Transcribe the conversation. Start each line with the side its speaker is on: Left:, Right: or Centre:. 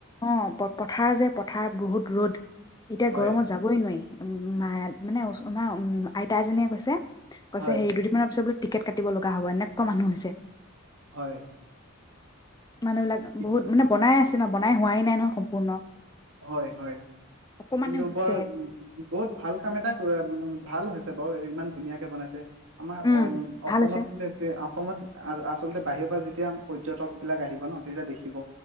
Left: অ প পথাৰ যে পথাৰ বহুত ৰ'দ এতিয়া
Right: হয়
Left: গৰমত যাবই নোৱাৰি। উ ম মানে <inaudible> তোমাৰ উম আইতা এজনীয়ে কৈছে।। কৈছে
Right: হয়
Left: হে দুদিনমান পিছত বোলে।। টিকেট কাটিব লগা হ'ব। এনেকুৱা মানুহ হৈছে।
Right: হয়।
Left: মানুহ বিলাক
Right: ঠিক
Left: বহুত মানে বনাই আছে ন বনাই হোৱাই নাই নহ সম্পূৰ্ণ।
Right: হয় হয়
Left: অকমানহে
Right: কিন্তু
Left: হৈছেহে
Right: বৰ বহুত ভাল কাম এটা উ ভাল হৈছে বাৰু ইমান ধুনীয়াকে বনাইছে আমাৰ
Left: উম
Right: অ অসমত
Left: ভাল হৈছে
Right: এয়া সময়ত আচলতে বাহিৰৰ পৰা যেতিয়া পৰ্যটক বিলাক আহিব ন তেতিয়া দেখিব